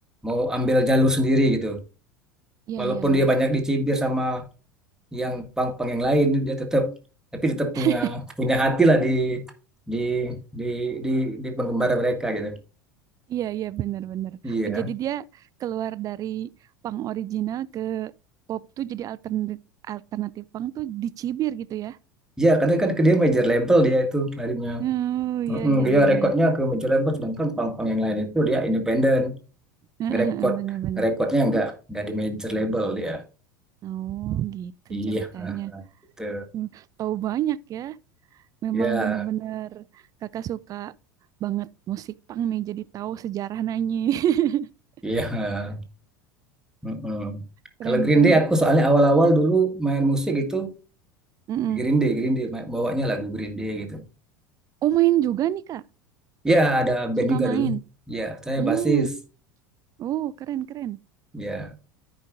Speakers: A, in the centre; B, on the right.
A: mau ambil jalur sendiri gitu.
B: iya
A: Walaupun
B: iya iya.
A: dia banyak dicibir sama yang pang-pang yang lain dia tetap tapi tetap
B: <laughs>
A: punya punya hati lah di di di di, di penggemar mereka gitu.
B: Iya iya benar benar.
A: Iya.
B: Oh, jadi dia keluar dari punk original ke pop tuh jadi alternatif alternatif punk tuh dicibir gitu ya.
A: Iya, karena kan dia major label dia itu larinya.
B: Oh iya
A: Mm-mm,
B: iya
A: dia
B: iya
A: rekodnya
B: iya.
A: ke major label sedangkan pang-pang yang lain itu dia independen,
B: <laughs>
A: ngerekod
B: Benar benar.
A: ngerekodnya nggak nggak di major label dia.
B: Oh, gitu
A: Iya,
B: ceritanya.
A: gitu.
B: Hmm, Tahu banyak ya. Memang
A: Iya,
B: benar-benar kakak suka banget musik punk nih jadi tahu sejarah nanyi. <laughs>
A: iya. Mm-mm.
B: Keren
A: Kalau Green
B: keren.
A: Day aku soalnya awal-awal dulu main musik itu
B: Mm-mm.
A: Green Day, Green Day ma- bawanya lagu Green Day gitu.
B: Oh, main juga nih, Kak.
A: Ya, ada band
B: Suka
A: juga
B: main.
A: dulu. Ya, saya
B: Hmm.
A: basis.
B: Oh, keren keren.
A: Ya,